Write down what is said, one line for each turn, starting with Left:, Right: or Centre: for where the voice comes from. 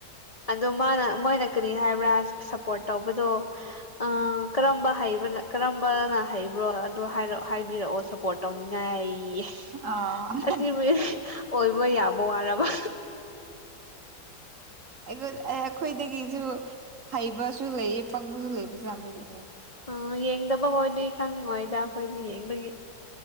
Left: ꯑꯗꯣ ꯃꯥꯅ ꯃꯣꯏꯅ ꯀꯔꯤ ꯍꯥꯏꯕ꯭ꯔꯥ ꯁꯞꯄꯣꯔꯠ ꯇꯧꯕꯗꯣ ꯑ ꯀꯝꯕꯅ ꯍꯩꯕꯅ ꯀꯔꯝꯕꯅ ꯍꯩꯕ꯭ꯔꯣ ꯑꯗꯨ ꯍꯥꯏꯔ‌ꯣ ꯍꯥꯏꯕꯤꯔꯛꯑꯣ ꯁꯄꯣꯔꯠ ꯇꯧꯅꯤꯡꯉꯥꯏ
Right: ꯑꯥ
Left: ꯑꯁꯤꯕꯨ ꯑꯣꯏꯕ ꯌꯥꯕ ꯋꯥꯔꯕ
Right: ꯑꯩ ꯑꯩꯈꯣꯏꯗꯒꯤꯁꯨ ꯍꯩꯕꯁꯨ ꯂꯩꯌꯦ ꯄꯪꯕꯁꯨ ꯂꯩꯕ ꯖꯥꯠꯅ‌ꯦ ꯂꯩꯍꯧ
Left: ꯎꯝ ꯌꯦꯡꯗꯕ ꯑꯣꯏꯗꯤ ꯈꯪꯉꯣꯏꯗ ꯑꯩꯈꯣꯏꯗꯤ ꯌꯦꯡꯕꯒꯤ